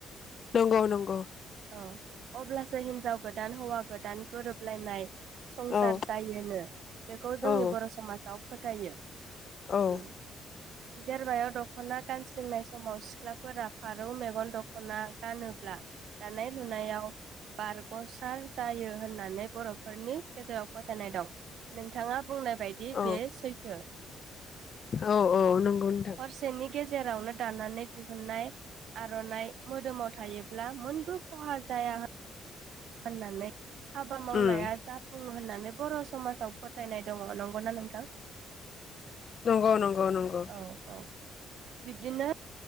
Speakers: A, on the left; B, on the right.
A: नंगौ नंगौ
B: औ अब्लासो हिनजाव गोदान हौवा गोदान गोरोबलायनाय संसार
A: औ
B: जायोनो बेखौ जोंनि
A: औ
B: बर समाज आव फोथायो
A: औ
B: उम जेरबायाव दखना गानस्लिंनाय समाव सिख्लाफोरा फारौ मेगन दखना गानोब्ला दानाय लुनायाव बारगसार जायो होननानै बरफोरनि गेजेराव फोथायनाय दं नोंथाङा बुंनाय बायदि
A: औ
B: बे सैथो
A: औ
B: उम
A: औ नंगौ नोंथां
B: हरसेनि गेजेरावनो दानानै दिहुननाय आरनाइ मोदोमाव थायोब्ला मोनबो खहा जाया होन होननानै हाबा मावनाया
A: उम
B: जाफुङो होननानै बर समाजाव फोथायनाय दङ नंगौना नोंथां
A: नंगौ नंगौ नंगौ
B: औ औ बिब्दिनो